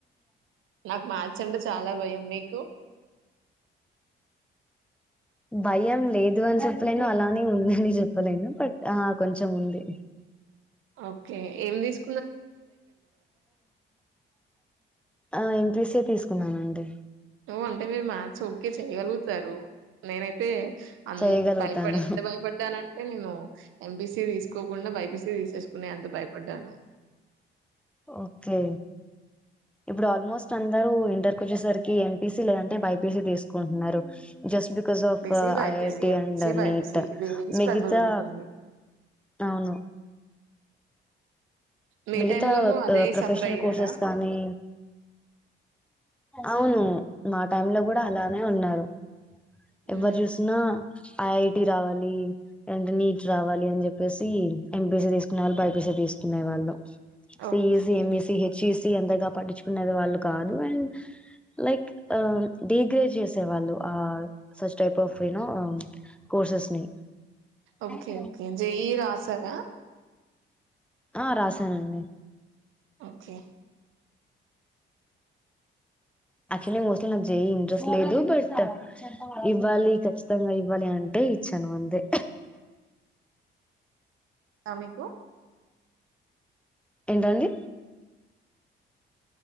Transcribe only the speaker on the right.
నాకు మ్యాథ్స్ అంటే చాలా భయం మీకు
ఓకే ఏం తీస్
నువ్వు అంటే మీరు మ్యాథ్స్ ఓకే చేయగలుగుతారు నేనైతే అంద్
భయపడి ఎంత భయపడ్డానంటే నేను ఎం పీ సీ తీసుకోకుండా బై పీ సి తీసేసుకని ఎంత భయపడ్డాను?
బీసీ, బైపీసీ,
ఎంపీసీ,
బైపీసీ
ఇదే స్ట్రగుల్
ఉంటుంది.
మీ
టైంలోనూ అదే
సఫర్ అయ్యారా?
హ్మ్.
ఓకే.
ఓకే.
ఓకే. జేఈఈ రాసారా?
ఓకే
మీకు